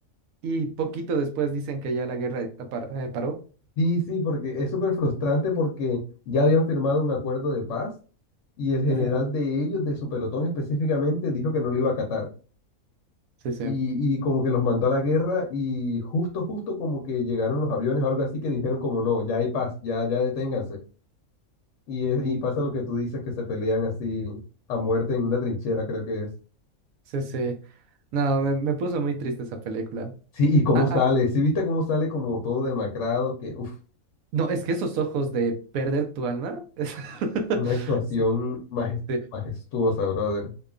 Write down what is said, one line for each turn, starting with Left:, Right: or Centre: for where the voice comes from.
Right: y poquito después dicen que ya la guerra está para- eh, paró.
Left: Sí, sí, porque es súper frustrante porque ya habían firmado un acuerdo de paz y el general
Right: Ujú.
Left: de ellos, de su pelotón específicamente, dijo que no lo iba a acatar.
Right: Sí, sí.
Left: y, y como que los mandó a la guerra y justo, justo como que llegaron los aviones o algo así que dijeron como no, ya hay paz, ya, ya deténganse. Y, es-
Right: Uh,
Left: y pasa lo que tú dices, que se pelean así a muerte en una trinchera, creo que es.
Right: Sí, sí. No, me, me puso muy triste esa película.
Left: Sí, y cómo
Right: Ah,
Left: sale,
Right: ah,
Left: sí viste cómo sale como todo demacrado, que uff,
Right: no, es que esos ojos de perder tu alma. <laughs> es-
Left: una actuación
Right: Sí,
Left: majes-
Right: sí,
Left: majestuosa, brother.